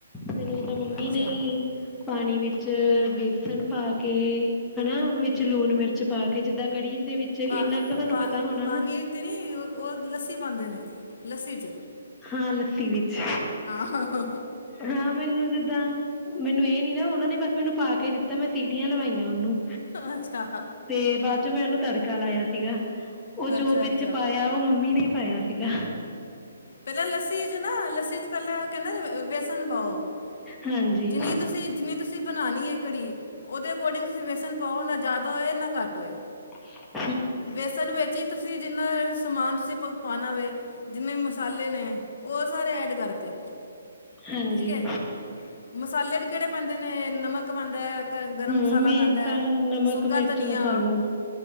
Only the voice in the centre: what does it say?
ਮੈਨੂੰ ਮੰਮੀ
ਨੇ ਪਾਣੀ ਵਿੱਚ ਬੇਸਨ ਪਾ ਕੇ ਹੈਨਾ ਮੰਮੀ। ਵਿਚ ਲੂਣ ਮਿਰਚ ਪਾ ਕੇ ਜਿੱਦਾਂ ਕੜੀ ਦੇ ਵਿੱਚ
ਇੰਨਾ ਕੁ ਤਾਂ ਤੁਹਾਨੂੰ
ਪਤਾ ਹੋਣਾ
ਨਾ
ਹਾਂ ਲੱਸੀ ਵਿੱਚ
ਹਾਂ, ਮੈਨੂੰ ਜਿੱਦਾਂ ਮੈਨੂੰ ਇਹ ਨੀ ਨਾ ਉਹਨਾਂ ਨੇ ਬਸ ਮੈਨੂੰ ਪਾ ਕੇ ਦਿੱਤਾ, ਮੈਂ ਸੀਟੀਆਂ ਲਵਾਈਆਂ ਉਹਨੂੰ
ਤੇ ਬਾਅਦ ਚ ਮੈਂ ਉਹਨੂੰ ਤੜਕਾ ਲਾਇਆ ਸੀਗਾ, ਉਹ
ਜੋ ਵਿੱਚ
ਪਾਇਆ ਉਹ ਮੰਮੀ ਨੇ ਪਾਇਆ ਸੀਗਾ <unintelligible>
ਹਾਂਜੀ
ਅ <inaudible>
ਹਾਂਜੀ
ਹੂੰ
ਮੇਨ
ਤਾਂ ਨਮਕ
ਮਿਰਚ
ਮਸਾਲਾ